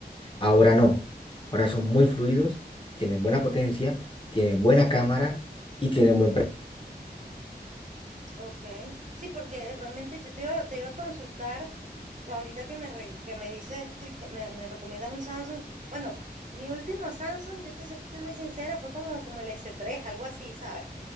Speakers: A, on the left (about 30°); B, on the right (about 45°).
A: Ahora no. Ahora son muy fluidos, tienen buena potencia, tienen buena cámara y tienen buen precio.
B: ok. Sí, porque realmente yo te iba, te iba a consultar Ahorita que me, re- que me dices que me, me recomiendas un Samsung, bueno, mi último Samsung, yo te soy muy sincera, fue como, como el s tres algo así, ¿sabes?